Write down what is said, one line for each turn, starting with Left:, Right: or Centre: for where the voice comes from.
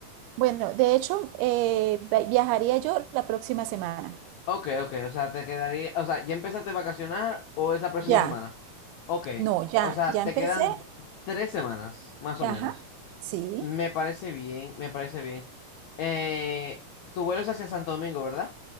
Right: Bueno, de hecho, eh, vi- viajaría yo la próxima semana.
Left: Ok, ok, o sea, te quedaría, o sea, ¿ya empezaste a vacacionar o es la próxima
Right: Ya,
Left: semana? Ok,
Right: no, ya,
Left: o sea,
Right: ya
Left: te
Right: empecé.
Left: quedan tres semanas, más o
Right: Ajá,
Left: menos.
Right: sí,
Left: Me parece bien, me parece bien. Eh, tu vuelo es hacia Santo Domingo, ¿verdad?